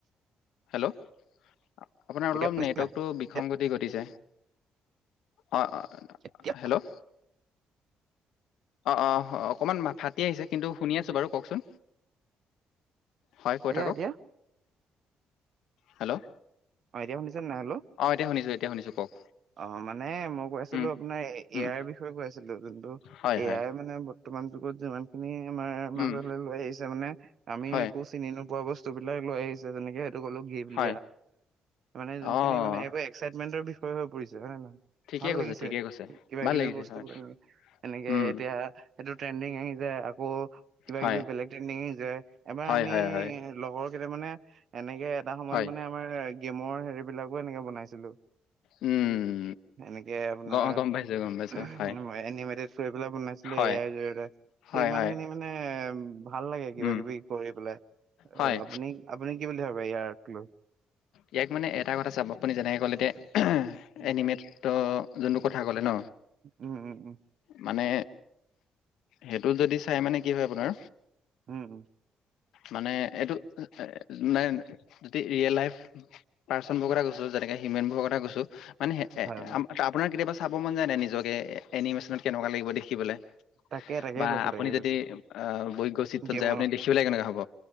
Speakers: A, on the left (about 80°); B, on the right (about 60°).
A: হেল্ল' আপোনাৰ
B: এতিয়া
A: অলপ
B: শুনিছে
A: নেটৱৰ্কতটো
B: নাই এতিয়া
A: বিসংগতি ঘটিছে অ অ
B: এতিয়া
A: হেল্ল' অ অ অকমান ফাটি আহিছে কিন্তু শুনি আছো বাৰু কওকচোন হয় কৈ
B: এতিয়া
A: থাকক
B: এতিয়া
A: হেল্ল'
B: অ এতিয়া শুনিছ নাই হেল্ল'
A: অ এতিয়া শুনিছোঁ এতিয়া শুনিছোঁ কওক
B: অ মানে মই কৈ আছিলো
A: উম
B: আপোনাৰ
A: উম
B: এয়াৰ বিষয়ে কৈ আছিলো যোনটো
A: হয়
B: এয়াই
A: হয়
B: মানে বৰ্তমান যুগত যিমান খিনি আমাৰ মাজলৈ
A: উম
B: লৈ আহিছে মানে আমি
A: হয়
B: একো চিনি নোপোৱা বস্তু বিলাক লৈ আহিছে যেনেকে 'লো গিল
A: হয়
B: মানে যোনখিনি
A: অঁ
B: মানে এইব এক্সাইটমেন্টৰ বিষয়ে হৈ পৰিছে হয় নে নহয়
A: ঠিকে
B: ভাল
A: কৈছে
B: লাগিছে
A: ঠিকে কৈছে
B: কিবা
A: ভাল
B: কিবি
A: লাগিছে
B: বস্তু
A: হয়
B: কৰি এনেকে
A: উম
B: এতিয়া সেইটো ট্ৰেণ্ডিং আহি যায় আকৌ কিবা
A: হয়
B: কিবি বেলেগ ট্ৰেইনিং যায় এবাৰ
A: হয়
B: আমি
A: হয় হয়
B: লগৰ মানে এনেকে এটা সময়ত
A: হয়
B: মানে আমাৰ গেমৰ হেৰি বিলাকো এনেকে বনাইছিলো
A: উম
B: এনেকে আপোনাৰ
A: গ গম পাইছো গম পাইছো হয়
B: মই এনিমেটেড কৰি পেলাই বনাইছিলো
A: হয়
B: এয়াইাৰ জৰিয়তে
A: হয়
B: ইমান
A: হয়
B: খিনি মানে ভাল লাগে কিবা
A: উম
B: কিবি কৰি পেলাই
A: হয়
B: এ আপুনি আপুনি কি বুলি ভাবে ইয়াক লৈ
A: ইয়াক মানে এটা কথা চাব আপুনি যেনেকৈ ক'লে যে
B: উম
A: এনিমেট যোনটো কথা ক'লে ন
B: উম উম উম
A: মানে সেইটো যদি চাই মানে কি হয় আপোনাৰ
B: উম উম
A: মানে এইটো মানে যদি ৰিয়েল লাইফ পাৰ্চন বোৰ কথা কৈছো যেনেকে হিউমেন বোৰৰ কথা কৈছো মানে এ
B: হয় হয়
A: আপোনাৰ কেতিয়াবা চাব মন যায় নাই নিজকে এনিমেশ্যনত কেনেকুৱা লাগিব দেখিবলৈ
B: তাকে তাকে
A: বা
B: কৈছো
A: আপুনি
B: তাকে
A: যদি
B: কৈছো
A: আহ বৈজ্য় চিত্ৰত
B: গেমৰ
A: যায় আপুনি দেখিবলৈ কেনেকুৱা হ'ব